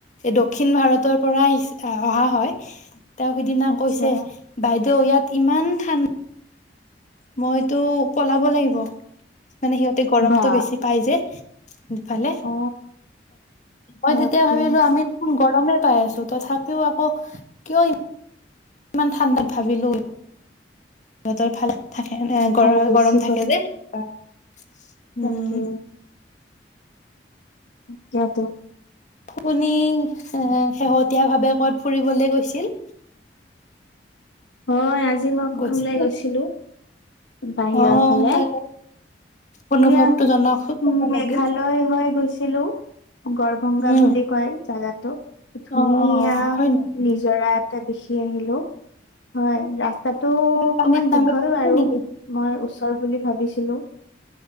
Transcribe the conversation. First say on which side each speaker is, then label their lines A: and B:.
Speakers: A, on the left (about 45°); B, on the left (about 85°).
A: দক্ষিণ ভাৰতৰ পৰা আহি অহা হয় তেওঁ সিদিনা
B: আচ্ছা
A: কৈছে বাইদেউ ইয়াত ইমান ঠাণ্ডা মইতো পলাব লাগিব মানে সিহঁতে গৰমতটো
B: বা
A: বেছি পাই যে ফালে
B: অ
A: মই
B: বাপৰে
A: তেতিয়া ভাবিলো আমি দেখ গমেই পাই আছো, তথাপিও আকৌ কিয় কিমান ঠাণ্ডাত ভাবিলোঁ সিহঁতৰ ফালে থাকে ন গৰ
B: আৰু বেছি
A: গৰম থাকে যে। উম,
B: তাকে কিয়টো
A: তুমি এ শেহতীয়া ভাৱে কত ফুৰিবলৈ গৈছিল?
B: হয়। আজি আজি মই অকনমান
A: গৈছিল
B: ওলাই গৈছিলো বাহিৰৰ
A: অ
B: ফালে,
A: তাৰ অনুভৱটো
B: এয়া
A: জনাওকচোন
B: উ,
A: কেনে লাগিল
B: মেঘালয় হৈ গৈছিল হেল্ল', গৰভংগা
A: উম
B: বুলি কয় জাগাত তোক। ধুনীয়া
A: অ অ হয় নেকি
B: নিজৰা এটা দেখি আহিলো। হয়, ৰা তাতো অকমান
A: পানীত নামিব
B: দীঘল বাৰু
A: নেকি
B: মই ওচৰ বুলি ভাবিছিলো।